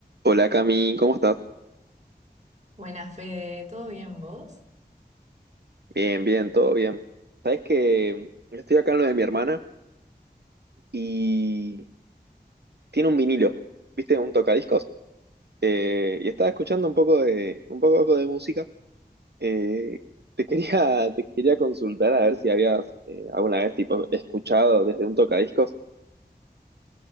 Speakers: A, on the right; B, on the right.
A: Hola Cami, ¿cómo estás?
B: Buenas, Fede, ¿todo bien vos?
A: Bien, bien, todo bien. Sabes que estoy acá en lo de mi hermana y tiene un vinilo, ¿viste? Un tocadiscos. Eh, y estaba escuchando un poco de, un poco de música. Eh, te quería, <laughs> te quería consultar a ver si habías eh, alguna vez tipo, escuchado desde un tocadiscos.